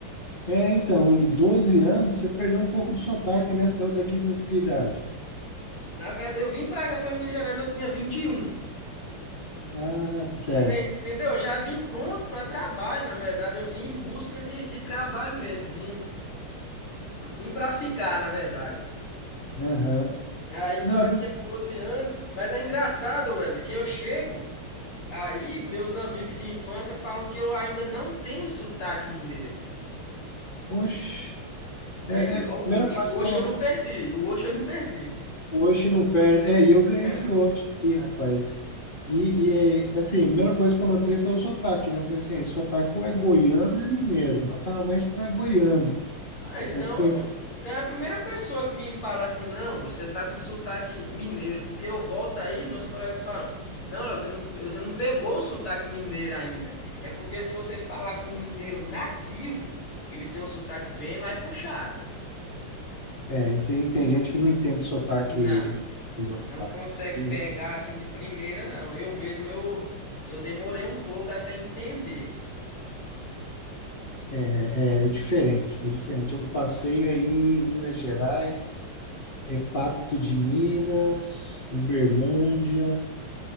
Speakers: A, on the left (about 25°); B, on the left (about 75°).
A: é, então, e 12 anos, você perdeu um pouco do sotaque, né? Saiu daqui com que idade?
B: Na verdade, eu vim pra cá, pra Minas Gerais, eu tinha 21.
A: Ah, certo.
B: Enten- Entendeu? Eu já vim pronto pra trabalho, na verdade, eu vim em busca de, de trabalho mesmo, vim, vim para ficar, na verdade.
A: Aham.
B: Aí tô
A: Não,
B: aqui
A: é-
B: há 12 anos, mas é engraçado, Weber, que eu chego, aí meus amigos de infância falam que eu ainda não tenho sotaque mineiro.
A: oxe,
B: E
A: é, é,
B: aí, ó,
A: a
B: o
A: primeira
B: Osho.
A: coisa
B: O
A: que
B: Osho
A: eu não,
B: eu não perdi. O Osho eu não perdi.
A: hoje não perde, é, e eu
B: <laughs>
A: ganhei
B: Não.
A: esse hoje aqui, rapaz. E, e, é, assim, a primeira coisa que eu notei foi o sotaque, né? Eu Falei assim, "Esse sotaque ou é goiano ou é mineiro, mas eu tava mais pra goiano.
B: Ah, então,
A: Eu conheci
B: então é a primeira pessoa que me fala assim, não, você tá com sotaque mineiro, porque eu volto aí, meus colegas falam, não, Léo, você não, você não pegou o sotaque mineiro ainda. É porque se você falar com um mineiro nativo, ele tem um sotaque bem mais puxado.
A: É, e tem, tem gente que não entende o sotaque
B: Não,
A: do rapaz.
B: não consegue
A: Uhum.
B: pegar assim de primeira, não. Eu mesmo, eu, eu demorei um pouco até entender.
A: É, é diferente, é diferente. Eu passei aí em Minas Gerais, é Pato de Minas, Uberlândia.